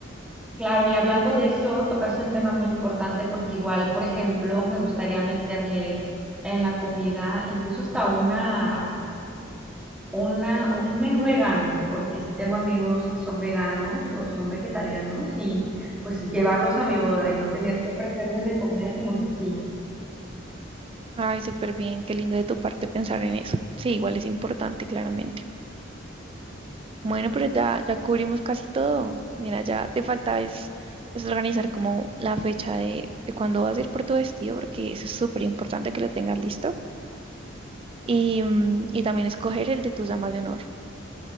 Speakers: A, in the centre; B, on the right.
A: Claro, y hablando de eso, tocaste un tema muy importante porque igual, por ejemplo, me gustaría meterle en la comida incluso hasta una una, un menú vegano, porque sí tengo amigos que son veganos o son vegetarianos y pues llevarlos a mi boda y no tener que ofrecerles de comer, como que sí.
B: Ay, súper bien, qué lindo de tu parte pensar en eso. Sí, igual es importante, claramente. Bueno, pero ya, ya cubrimos casi todo. Mira, ya te falta es, es organizar como la fecha de, de cuándo vas a ir por tu vestido, porque eso es súper importante que lo tengas listo. Y, mm, y también escoger el de tus damas de honor.